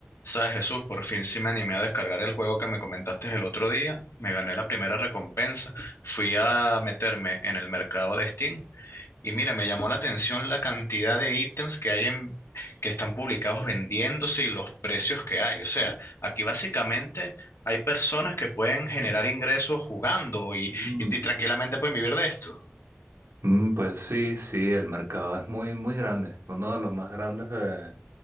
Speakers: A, on the left; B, on the right.
A: Sabes, Jesús, por fin sí me animé a descargar el juego que me comentaste el otro día. Me gané la primera recompensa. Fui a meterme en el mercado de Steam y mira, me llamó la atención la cantidad de ítems que hay en, que están publicados vendiéndose y los precios que hay. O sea, aquí básicamente hay personas que pueden generar ingresos jugando y,
B: Mm,
A: y y tranquilamente pueden vivir de esto.
B: mm, pues sí, sí, el mercado es muy, muy grande, uno de los más grandes de,